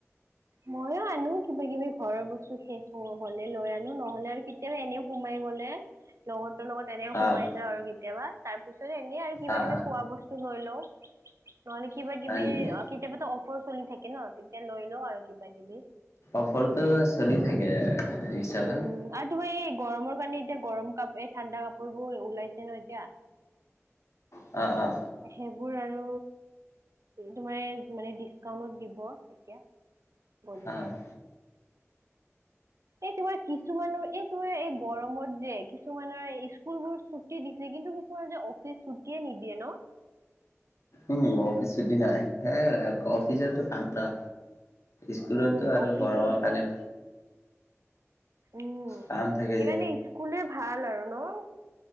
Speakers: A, on the right; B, on the left.
A: ময়ো আনো কিবা কিবি ঘৰৰ বস্তু শেষ হওঁ হ'লে লৈ আনো নহ'লে আৰু কেতিয়াবা এনেও সোমাই গ'লে লগত লগত এনে সোমাই
B: অ'
A: যাওঁ আৰু কেতিয়াবা তাৰ পিছত এনেই আৰু কিবা
B: অ'
A: কিবি খোৱা বস্তু লৈ লওঁ। নহ'লে কিবা
B: হয়
A: কিবি
B: নেকি
A: অ কেতিয়াবা টো অফাৰ চলি থাকে ন তেতিয়া লৈ লওঁ আৰু কিবা কিবি
B: অফাৰটো চলি থাকে। বিশালত
A: উম আৰু তোমাৰ এই গৰমৰ কাৰণে এতিয়া গৰম কাপ এই ঠাণ্ডা কাপোৰবোৰ ওলাইছে ন এতিয়া
B: অ অ
A: সেইবোৰ আৰু তোমাৰ মানে ডিচকাউন্টত দিব এতিয়া। বলে
B: অ'
A: ত এই তোমাৰ কিছুমানৰ এই তোমাৰ এই গৰমত যে কিছুমানৰ স্কুল বোৰ ছুটি দিছে। কিন্তু কিছুমান যে অফিচ ছুটীয়ে নিদিয়ে ন।
B: উম অফিচ ছুটী নাই। সেয়াই অফিচৰটো
A: উম
B: কাম না স্কুলতটো
A: উম
B: আৰু
A: অফিচতো
B: গৰমৰ কাৰণে
A: উম
B: কাম থাকে
A: সেইকাৰণে
B: যে
A: স্কুলে ভাল আৰু ন।